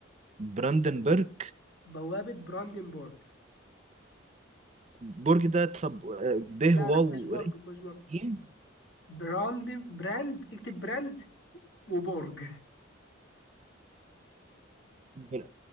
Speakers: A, on the right; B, on the left.
A: براندنبرج
B: بوابة براندنبورغ
A: برج ده طب آه، ب
B: لا
A: واو
B: لا مش برج
A: ر
B: مش برج
A: ج
B: براندن براند اكتب براند وبرج
A: بر-